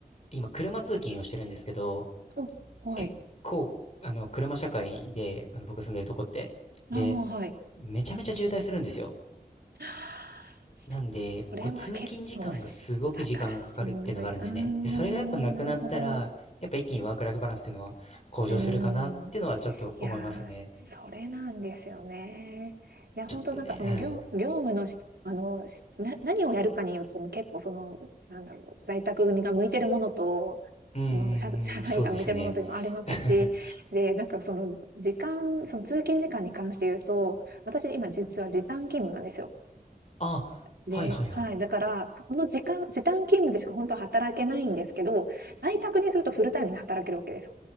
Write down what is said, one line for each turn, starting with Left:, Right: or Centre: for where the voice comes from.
Left: 今、車通勤をしてるんですけど、
Right: ーん。お、はい。
Left: 結構、あの、車社会で、あの、僕が住んでるとこって、で、
Right: ああ、はい。
Left: めちゃめちゃ渋滞するんですよ。
Right: <sighs>
Left: なんで、
Right: それは結構しだからしんどい。
Left: こう、通勤時間がすごく時間がかかるっていうのがあるんですね。
Right: うーん、
Left: で、それがやっぱなくなったら、
Right: なるほど。う
Left: やっぱ一気にワークライフバランスっていうのは向上するかなっていうのはちょっと思いますね。
Right: ーん。いやー、それなんですよね。いや、
Left: ちょっとね、
Right: 本当なんかその業業務のしあの、
Left: はい。
Right: しな何をやるかによっても結構その、なんだろう、在宅にが向いてるものと、
Left: うんうんうん、
Right: その社、しゃ社内が向いてるものというのもありますし、
Left: そうですね。<laughs>
Right: で、なんかその時間、その通勤時間に関して言うと、私今実は時短勤務なんですよ。
Left: あ、
Right: で、
Left: はいはいはい。
Right: はい、だから、その時間時短勤務でしか本当は働けないんですけど、在宅にするとフルタイムで働けるわけですよ。